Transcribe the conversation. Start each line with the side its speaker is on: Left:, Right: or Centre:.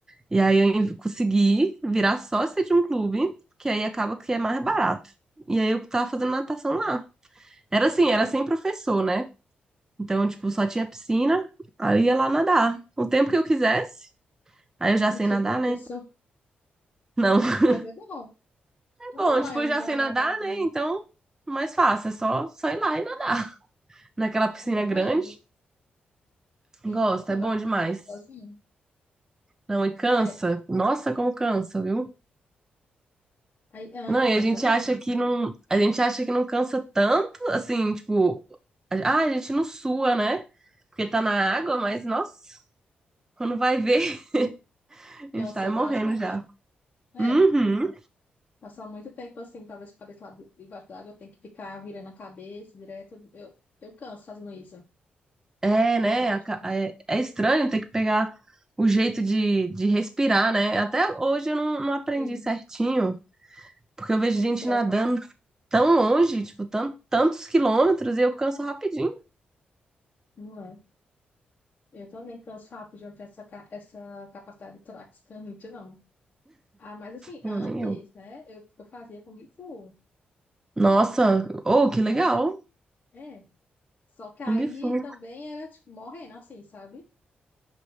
Right: E aí eu en- consegui virar sócia de um clube, que aí acaba que é mais barato. E aí eu tava fazendo natação lá. Era assim, era sem professor, né? Então, tipo, só tinha piscina, aí eu ia lá nadar. O tempo que eu quisesse, aí eu já
Left: Não
Right: sei
Left: tinha
Right: nadar,
Left: professor.
Right: né? Não. <laughs>
Left: Mas é bom. É
Right: bom,
Left: Bom
Right: tipo,
Left: ainda,
Right: eu já sei
Left: dar uma
Right: nadar,
Left: nadadinha.
Right: né? Então, mais fácil, é só, só ir lá e nadar. <laughs> Naquela piscina
Left: É Verdade.
Right: grande.
Left: Tem
Right: Gosto,
Left: razão,
Right: é bom
Left: dá pra
Right: demais.
Left: treinar sozinho.
Right: Não, e cansa.
Left: É.
Right: Nossa, como cansa, viu?
Left: Aí, ah,
Right: Não, e a
Left: cansa
Right: gente
Left: mesmo.
Right: acha que não, a gente acha que não cansa tanto, assim, tipo, ah, a gente não sua, né? Porque tá na água, mas nossa, quando vai ver, <laughs>
Left: Cansou
Right: a gente tá morrendo
Left: bastante.
Right: já.
Left: É.
Right: Uhum.
Left: Passar muito tempo assim, talvez com a cabeça lá debaixo d'água, tem que ficar virando a cabeça direto. Eu, eu canso fazendo isso.
Right: É, né?
Left: Canso bastante.
Right: aca- É, é estranho ter que pegar o jeito de, de respirar, né? Até hoje eu não, não aprendi
Left: Sim,
Right: certinho, porque eu vejo
Left: pois
Right: gente
Left: é,
Right: nadando
Left: tá-
Right: tão longe, tipo, tan- tantos quilômetros, e eu canso rapidinho.
Left: não é. Eu também canso rápido, já não tenho essa, ca- essa capacidade de prática muito, não. Ah, mas assim,
Right: Tipo,
Left: antes,
Right: nem eu.
Left: né, eu, eu fazia Kung Fu.
Right: Nossa, oh, que legal!
Left: Foi. É. Só que aí
Right: Kung Fu.
Left: também era, tipo, morrendo assim, sabe?